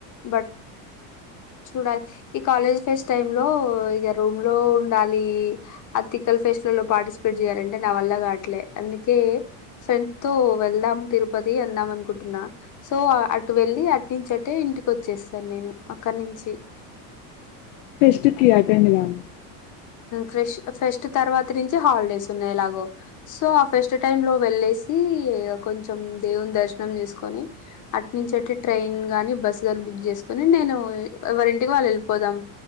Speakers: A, on the left; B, on the left.
A: బట్ చూడాలి ఈ కాలేజ్ ఫెస్ట్ టైమ్ లో ఇక రూమ్ లో ఉండాలి ఆ తిక్కల్ ఫెస్ లో పార్టిసిపేట్ చేయాలంటే నా వల్ లా కాట్లే అందుకే ఫ్రెండ్స్ తో వెళ్దాం తిరుపతి అన్నాం అనుకుంటున్నా సో అటు వెళ్ళి అట్ నుంచి అటే ఇంటికి వచ్చేస్తాను నేను అక్కడి నుంచి
B: ఫెస్ట్ కి అటెండ్ కావా
A: ఫెస్ట్ ఫెస్ట్ తర్వాత నుంచి హాలిడేస్ ఉన్నాయి ఎలాగో సో ఆ ఫెస్ట్ టైమ్ లో వెళ్ సి కొంచెం దేవుని దర్శనం చేసుకొని అట్ నుంచి అటే ట్రైన్ గాని బస్ గ బుక్ చేసుకుని నేను ఎవరింటికి వాళ్ళు వెళ్ళిపోదాం